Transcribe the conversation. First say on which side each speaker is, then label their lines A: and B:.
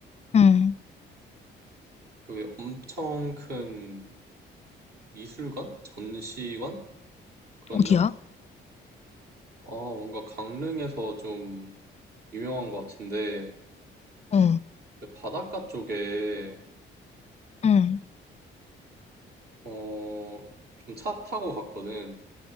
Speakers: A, on the left; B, on the right.
A: 응.
B: 그 엄청 큰 미술관? 전시관? 그런데,
A: 어디야?
B: 아, 뭔가 강릉에서 좀 유명한 것 같은데,
A: 어.
B: 바닷가 쪽에
A: 응.
B: 어, 좀 차 타고 갔거든.